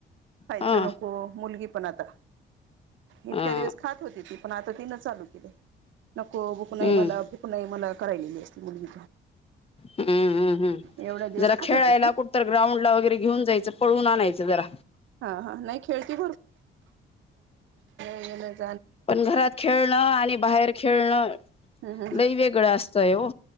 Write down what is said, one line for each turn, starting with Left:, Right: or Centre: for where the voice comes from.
Right: खायचं
Left: हा
Right: नको! मुलगी पण आता इतक्या
Left: हा
Right: दिवस खात होती ती पण आता तीन चालू <unintelligible> नको भुक नाही
Left: हम्म
Right: मला, भुक नाही मला, करायलेली असती मुलगी,
Left: हम्म हम्म हम्!
Right: एवढ्या दिवस
Left: जरा
Right: खात
Left: खेळायला
Right: होती ती
Left: कुठंतर ग्राउंडला वगैरे घेऊन जायचं. पळवून आणायचं जरा
Right: हा हा नाही खेळती ह
Left: पण घरात खेळणं, आणि बाहेर खेळणं. लई
Right: हम्म
Left: वेगळं असतंय ओ!